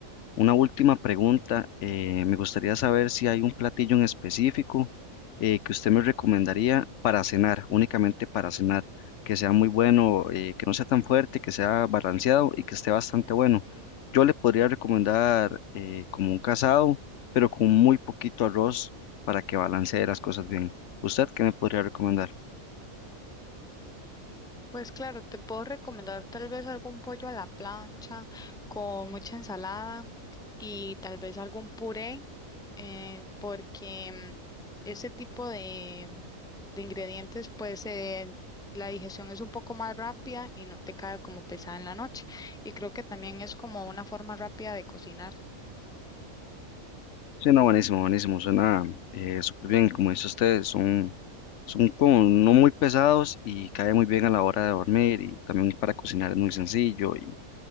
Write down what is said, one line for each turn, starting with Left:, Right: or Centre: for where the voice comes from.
Left: una última pregunta. eh, me gustaría saber si hay un platillo en específico eh, que usted me recomendaría para cenar, únicamente para cenar, que sea muy bueno, eh, que no sea tan fuerte, que sea balanceado y que esté bastante bueno. Yo le podría recomendar eh, como un casado, pero con muy poquito arroz para que balancee las cosas bien. ¿Usted qué me podría recomendar?
Centre: Pues claro, te puedo recomendar tal vez algún pollo a la plancha con mucha ensalada y tal vez algún puré, eh, porque mm, ese tipo de, de ingredientes, pues eh, la digestión es un poco más rápida y no te cae como pesada en la noche. Y creo que también es como una forma rápida de cocinar.
Left: Sí, no, buenísimo, buenísimo, suena eh, súper bien, como dice usted, son, son como no muy pesados y cae muy bien a la hora de dormir y también para cocinar es muy sencillo y,